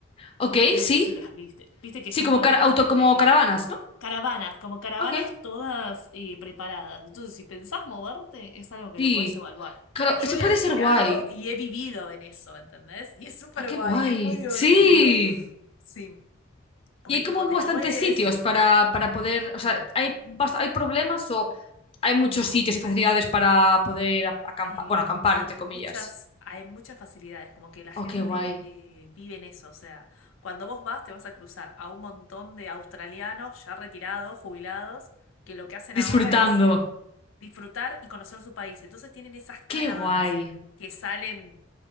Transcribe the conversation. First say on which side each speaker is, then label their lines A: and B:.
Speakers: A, on the left; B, on the left.
A: Ok,
B: No
A: sí.
B: sé si las viste. Viste que
A: Sí,
B: son
A: como,
B: como
A: car- auto, como
B: eh,
A: caravanas, ¿no?
B: caravanas, como caravanas
A: Ok.
B: todas eh, preparadas. Entonces, si pensás moverte, es algo que
A: Sí,
B: lo podés evaluar.
A: claro,
B: Yo
A: eso
B: he
A: puede
B: alquilado
A: ser guay.
B: y he vivido en eso, ¿entendés? Y es súper
A: Ah, qué
B: guay,
A: guay.
B: es muy divertido.
A: Sí.
B: Sí, porque
A: Y hay
B: tipo
A: como
B: te
A: bastantes
B: movés.
A: sitios para, para poder, o sea, hay, bast- hay problemas o hay muchos
B: No,
A: sitios y facilidades para poder acampar,
B: hay,
A: bueno, acampar,
B: hay
A: entre comillas.
B: muchas, hay muchas facilidades, como que la gente
A: Oh, qué guay.
B: eh, vive en eso. O sea, cuando vos vas, te vas a cruzar a un montón de australianos ya retirados, jubilados, que lo que hacen
A: Disfrutando.
B: ahora es disfrutar y conocer su país. Entonces tienen esas caravans
A: Qué guay.
B: que salen